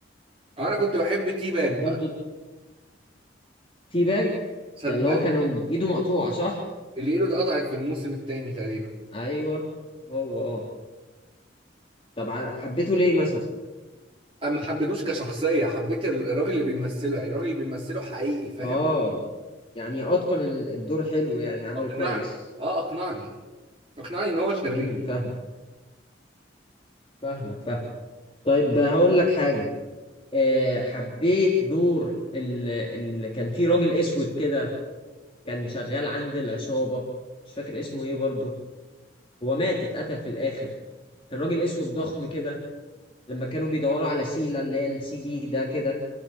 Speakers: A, on the right (about 30°); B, on the left (about 30°).
A: انا كنت بحب تي باك
B: كان برضو
A: بقى
B: تي باج
A: صدق
B: ده اللي هو كان ايده مقطوعة صح
A: اللي ايده اتقطعت في الموسم الثاني تقريبا
B: ايوه هو اه طب ع- حبيته ليه مثلا
A: انا ما حبيتوش كشخصيه حبيت ال- الراجل اللي بيمثله يعني الراجل اللي بيمثله حقيقي فاهم
B: اه يعني اتقن ال- الدور حلو يعني عمل
A: اقنعني
B: كويس
A: اه اقنعني اقنعني ان هو شرير
B: امم فاهم فاهمك فاهم طيب هقول لك حاجه أه حبيت دور اللي, اللي كان فيه راجل اسود كده كان شغال عند العصابه مش فاكر اسمه ايه برضو هو مات اتقتل في الاخر كان راجل اسود ضخم كده لما كانوا بيدوروا على سيلا اللي هي السي دي ده كده